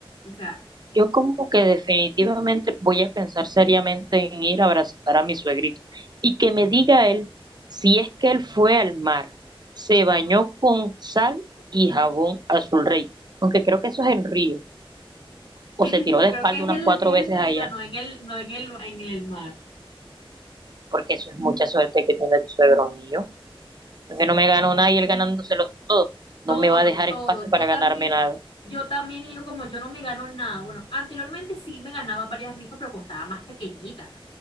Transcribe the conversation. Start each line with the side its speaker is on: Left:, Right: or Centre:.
Left: O sea,
Right: yo como que definitivamente voy a pensar seriamente en ir a abrazar a mi suegrito y que me diga él si es que él fue al mar, se bañó con sal y jabón azul rey, aunque creo que eso es en Río, o
Left: <laughs>
Right: se tiró
Left: yo
Right: de espalda
Left: creo que es,
Right: unas
Left: el,
Right: cuatro
Left: es
Right: veces
Left: en Río,
Right: allá,
Left: no en el, no en el, en el mar.
Right: porque eso es mucha suerte que tiene el suegro mío.
Left: Sí,
Right: Yo que no me gano
Left: ganó
Right: nada y él ganándoselo todo. No
Left: todo,
Right: me va a dejar
Left: todo.
Right: espacio para
Left: Yo
Right: ganarme
Left: también,
Right: nada.
Left: yo también digo como yo no me gano nada. Bueno, anteriormente sí me ganaba varias rifas, pero costaba más pequeñita.